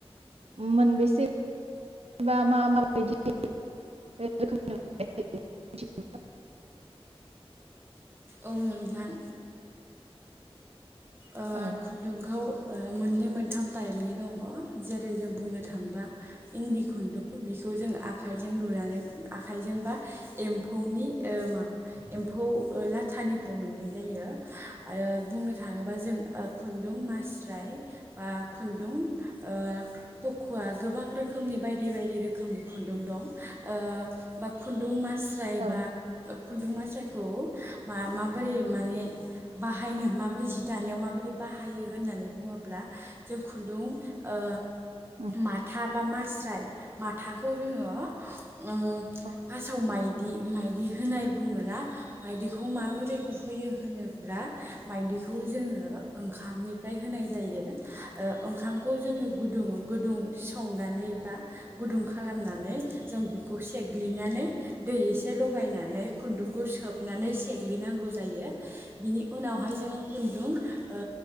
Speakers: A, on the right; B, on the right.
A: मोनबेसे बा मा माबायदि रोखोमनि मोननाय जायो मिथिगौना?
B: औ नोंथां। ओ
A: औ
B: खुन्दुंखौ ओ मोननै मोनथाम टाइपनि दङ जेरै जों बुंनो थाङोबा इन्दि खुन्दुं बेखौ जों आखाइजों लुनानै आखाइजोंबा एम्फौनि ओ माब एम्फौ ओ लाथानिफ्राय मोननाय जायो आरो बुंनो थाङोबाज जों ओ खुन्दुं मास्राय बा खुन्दुं ओ पखुवा गोबां रोखोमनि बायदि बायदि रोखोमनि खुन्दुं दं ओ बा खुन्दुं मा स्रायबा
A: औ
B: ओ खुन्दुं मास्राखौ मा माबोरै माने बाहायनो माबोरै जि दानायाव माबायदि बाहायो होननानै बुङोब्ला जों खुन्दुं ओ
A: उम
B: माथा बा मास जाय माथाखौ जोङो उम
A: ओ
B: फासआव माइ दि माइदि होनाय बुङोना मायदिखौ माबोरै होयो होनोब्ला मायदिखौ बेखौ जोङो ओंखामनिफ्राय होनाय जायो ओ ओंखामखौ जोङो गुदुं गुदुं संनानै बा गुदुं खालामनानै जों बेखौ सेग्लिनानै दै एसे लगायनानै खुन्दुंखौ सोबनानै सेग्लिनांगौ जायो बिनि उनावहाय जोङो खुन्दुं ओ